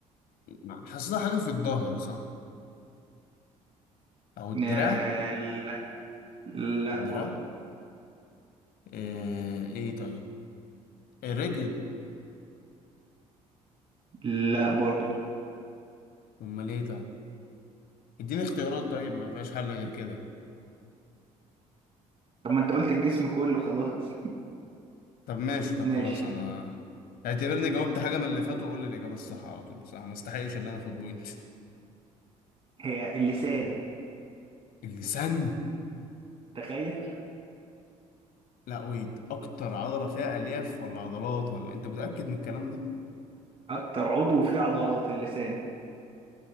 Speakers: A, on the left; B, on the right.
A: ما- حاسسها حاجة في الظهر صح؟ أو الدراع
B: آه لا لا
A: الدراع
B: برضه
A: ايه, ايه طيب؟ الرجل
B: لا برضه
A: أمال ايه طيب؟ اديني اختيارات طيب ما فيهاش حل غير كده
B: طب ما أنت قلت الجسم كله خلاص <laughs>
A: طب ماشي طب
B: ماشي
A: خلاص أنا اعتبرني جاوبت حاجة من اللي فات وقول لي الإجابة الصح على طول بصراحة ما استحقش اللي أنا آخد بوينت
B: هي اللسان
A: اللسان
B: تخيل
A: لا ويت اكتر عضله فيها الياف ولا عضلات ولا انت متاكد من الكلام ده
B: اكتر عضو فيه عضلات اللسان